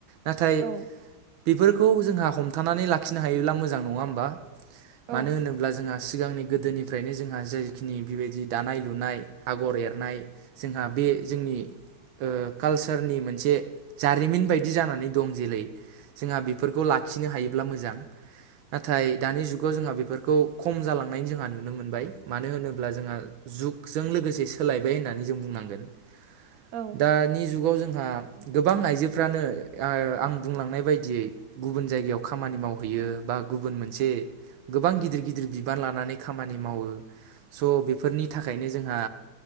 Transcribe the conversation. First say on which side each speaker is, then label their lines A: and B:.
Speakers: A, on the right; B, on the right.
A: नाथाय
B: औ
A: बेफोरखौ जोंहा हमथानानै लाखिनो हायोब्ला मोजां नङा होमबा
B: औ
A: मानो होनो अब्ला जोंहा सिगांनि गोदोनिफ्रायनो जोंहा जायखिनि बेबायदि दानाय लुनाय आगर एरनाय जोंहा बे जोंनि ओ कालसारनि मोनसे जारिमिन बायदि जानानै दं जेरै जोंहा बेफोरखौ लाखिनो हायोब्ला मोजां नाथाय दानि जुगाव जोंहा बेफोरखौ खम जालांनाय जोंहा नुनो मोनबाय मानो होनोब्ला जोंहा जुगजों लोगोसे सोलायबाय होननानै जों बुंनांगोन
B: औ
A: दानि जुगाव जोंहा गोबां आइजोफ्रानो आ-आं बुंलांनाय बायदि दियै गुबुन जायगायाव खामानि मावहैयो बा गुबुन मोनसे गोबां गिदिर गिदिर बिबान लानानै खामानि मावो। स' बेफोरनि थाखायनो जोंहा